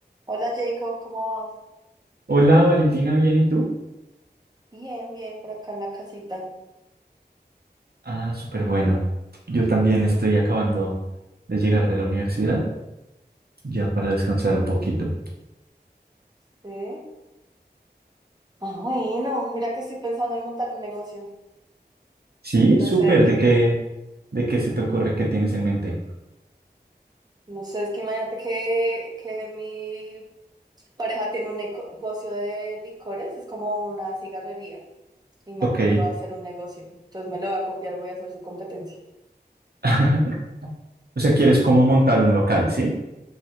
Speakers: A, on the right (about 25°); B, on the right (about 65°).
A: Hola Jacob, ¿cómo vas?
B: Hola Valentina, ¿bien y tú?
A: Bien, bien, por acá en la casita.
B: Ah, súper bueno. Yo también estoy acabando de llegar de la universidad, ya para descansar un poquito.
A: ¿Sí? Ah, bueno, mira que estoy pensando en montar un negocio.
B: Sí, súper.
A: No sé de qué,
B: ¿De qué, de qué se te ocurre? ¿Qué tienes en mente?
A: no sé, es que imagínate que, que mi pareja tiene un neco- negocio de licores, es como una cigarrería y me
B: Ok.
A: antojó de hacer un negocio. Entonces me lo voy a copiar, voy a hacer su competencia.
B: <laughs> O sea, quieres cómo montar un local, ¿sí?